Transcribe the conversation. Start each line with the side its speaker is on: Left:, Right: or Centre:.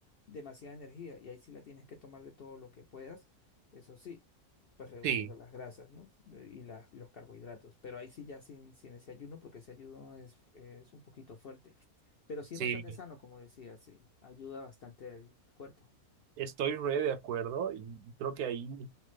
Left: demasiada energía y ahí sí la tienes que tomar de todo lo que puedas, eso sí pues reduciendo
Right: Sí,
Left: las grasas, ¿no? Y las, los carbohidratos. Pero ahí sí ya sin, sin ese ayuno, porque ese ayuno es, es un poquito fuerte. Pero sí
Right: sí,
Left: es bastante sano, como decía, sí. Ayuda bastante al, al cuerpo.
Right: estoy re de acuerdo y creo que ahí